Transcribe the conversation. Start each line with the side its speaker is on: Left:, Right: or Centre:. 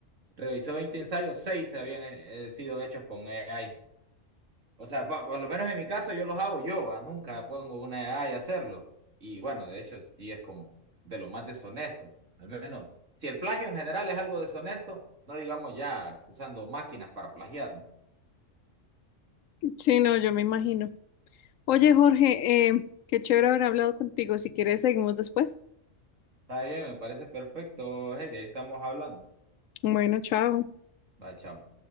Right: Revisó 20 ensayos, seis se habían eh, sido hechos con AI. O sea, pa- por lo menos en mi caso yo los hago yo, ah, nunca pongo una edad de hacerlo. Y bueno, de hecho sí es como de lo más deshonesto, al menos. Si el plagio en general es algo deshonesto, no digamos ya usando máquinas para plagiar, ¿no?
Left: Sí, no, yo me imagino. Oye, Jorge, eh, qué chévere haber hablado contigo. Si quieres, seguimos después.
Right: Está bien, me parece perfecto, hey, de ahí estamos hablando.
Left: Bueno, chao.
Right: Va, chao.